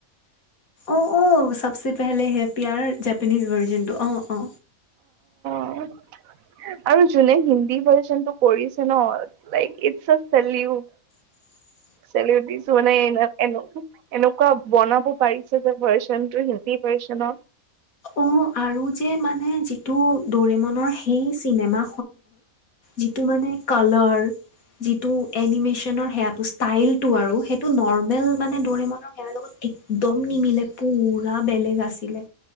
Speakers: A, on the left (about 85°); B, on the right (about 80°).
A: অ অ চবচে পেলে হে পিয়াৰ জেপানিজ ভৰ্জিনটো অ অ
B: উ আৰু যোনে হিন্দী ভাৰটো কৰিছে ন ই
A: উ
B: চেলিব্ৰটিছ মানে এ এনেকুৱা বনাব পাৰিছে যে ভাৰ্চন কি পছ ন
A: অ', আৰু যে মানে যিটো দৰেমনৰ সেই চিনেমা যিটো মানে কালাৰ যিটো এনিমেচনৰ সেটো ষ্টাইলটো আৰু সেইটো নৰ্মেল মানে দৰিমণ সেৱাৰ লগত একদম নিমিলে পুৰা বেলেগ আছিলে।